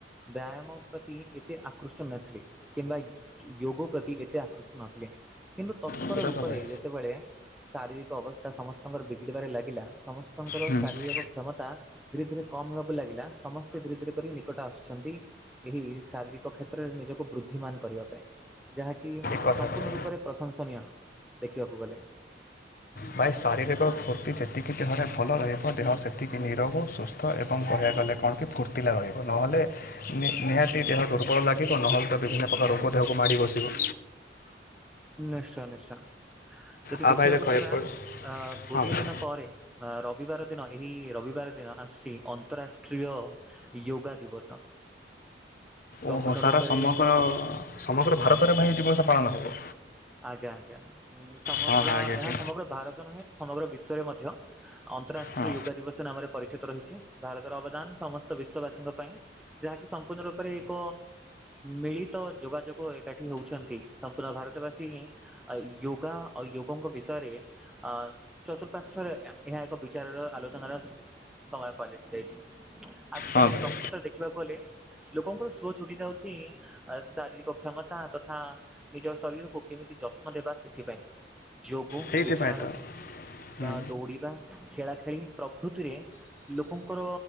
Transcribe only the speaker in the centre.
ବ୍ୟାୟାମ ପ୍ରତି ଏତେ ଆକୃଷ୍ଟ ନଥିଲେ। କିମ୍ବା ଯୋ ୟୋଗୋ ପ୍ରତି ଏତେ ଆକୃଷ୍ଟ ନଥିଲେ କିନ୍ତୁ ତତ୍ପର
ରୂପରେ
ଯେତେବେଳେ ଶାରୀରିକ ଅବସ୍ଥା ସମସ୍ତଙ୍କର ବିଗିଡିବାରେ ଲାଗିଲା ସମସ୍ତଙ୍କର
ଶାରୀରିକ କ୍ଷମତା ଧୀରେ ଧୀରେ କମ୍ ହେବାକୁ ଲାଗିଲା ସମସ୍ତେ ଧୀରେ ଧୀରେ କରି ନିକଟ ଆସୁଛନ୍ତି ଏହି ଶାରୀରିକ କ୍ଷେତ୍ରରେ ନିଜକୁ ବୃଦ୍ଧିମାନ କରିବା ପାଇଁ ଯାହାକି
ସମ୍ପୂର୍ଣ୍ଣ
ରୂପରେ ପ୍ରଶଂସନୀୟ ଦେଖିବାକୁ ଗଲେ।
ନିଶ୍ଚୟ ନିଶ୍ଚୟ ଯଦି
ଦେଖିବାକୁ
ଯିବା
ଆ
ଗୋଟିଏ
ଦିନ ପରେ ରବିବାର ଦିନ ଏହି ରବି ବାର ଦିନ ଆସୁଛି ଅନ୍ତରାଷ୍ଟ୍ରୀୟ ୟୋଗା ଦିବସ। ସମ୍ପୂର୍ଣ୍ଣ
ରୂପରେ
ଆଜ୍ଞା।
ଆଜ୍ଞା ଆଜ୍ଞା ଉ ସମଗ୍ର
ଏହା ସମଗ୍ର ଭାରତ ନୁହେଁ ସମଗ୍ର ବିଶ୍ୱ ରେ ମଧ୍ୟ ଅନ୍ତରାଷ୍ଟ୍ରୀୟ
ୟୋଗା ଦିବସ ନାମରେ ପରିଚିତ ରହିଛି ଭାରତର ଅବଦାନ ସମସ୍ତ ବିଶ୍ଵବାସୀଙ୍କ ପାଇଁ ଯାହାକି ସମ୍ପୂର୍ଣ୍ଣ ରୂପରେ ଏକ ମିଳିତ ଯୋଗାଯୋଗ ଏକାଠି ହଉଛନ୍ତି ସମ୍ପୂର୍ଣ୍ଣ ଭାରତ <unintelligible> ବାସୀ ୟୋଗା ଆଉ ୟୋଗୋ ଙ୍କ ବିଷୟରେ ଅ ଚତୁଃପାର୍ଶ୍ଵରେ ଏହା ଏକ ବିଚାରର ଆଲୋଚନାର ସମ ସମୟ ପାଲଟି ଯାଇଛି। ଆଜିକାଲି
ପ୍ରକୃତରେ ଦେଖିବାକୁ <unintelligible> କଲେ ଲୋକଙ୍କର ସୁଅ ଛୁଟି ଯାଉଛି ଶାରୀରିକ କ୍ଷମତା ତଥା ନିଜ ଶରୀର ଓ କେମିତି ଯତ୍ନ ଦେବା ସେଥିପାଇଁ ଯୋଗ
ବିଚାର୍
ବା ଦୌଡ଼ିବା ଖେଳା ଖେଳି ପ୍ରଭୃତିରେ ଲୋକଙ୍କର